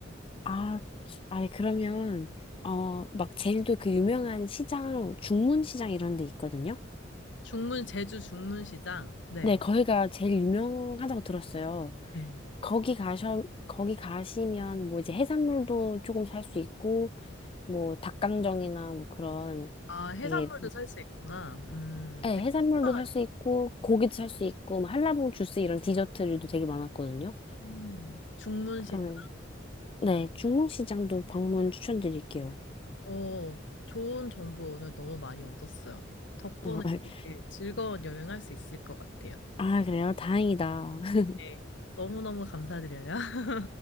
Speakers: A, on the left; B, on the left.
A: 아, 아니, 그러면, 어, 막 제주도 그 유명한 시장, 중문시장 이런 데 있거든요?
B: 중문, 제주 중문시장. 네.
A: 네, 거기가 제일 유명하다고 들었어요.
B: 네.
A: 거기 가셔, 거기 가시면 뭐 이제 해산물도 조금 살 수 있고, 뭐 닭강정이나 뭐 그런
B: 아, 해산물도
A: 되게,
B: 살 수 있구나. 음,
A: 네,
B: 되게
A: 해산물도
B: 신선하게.
A: 살 수 있고, 고기도 살 수 있고, 뭐 한라봉 주스 이런 디저트류도 되게 많았거든요.
B: 음, 중문시장.
A: 그러면 네,
B: 음,
A: 중국 시장도 방문 추천드릴게요.
B: 어, 좋은 정보 오늘 너무 많이 얻었어요. 덕분에
A: 어,
B: 되게
A: <laughs>
B: 즐거운 여행할 수 있을 것 같아요.
A: 아, 그래요? 다행이다. <laughs>
B: 네. 너무너무 감사드려요. <laughs>